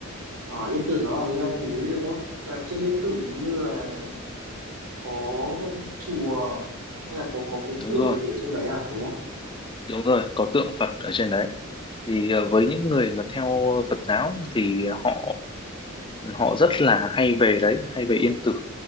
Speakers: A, on the right (about 85°); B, on the left (about 25°).
A: ở Yên Tử nó là leo núi đúng không là trên Yên Tử như là có chùa hay là có có cái
B: đúng
A: tượng
B: rồi
A: gì ở trên đấy à đúng không
B: đúng rồi có tượng Phật ở trên đấy thì ờ, với những người mà theo Phật giáo thì họ họ rất là hay về đấy hay về Yên Tử